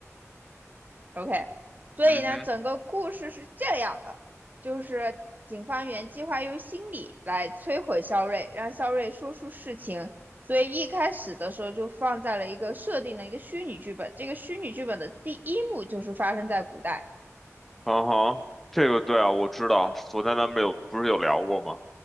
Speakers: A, on the right (about 35°); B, in the centre.
A: OK，所以呢，
B: 嗯哼。
A: 整个故事是这样的，就是警方原计划用心理来摧毁肖瑞，让肖瑞说出事情，所以一开始的时候就放在了一个设定的一个虚拟剧本。这个虚拟剧本的第一幕就是发生在古代，
B: 嗯哼，这个对啊，我知道，昨天咱们有不是有聊过吗？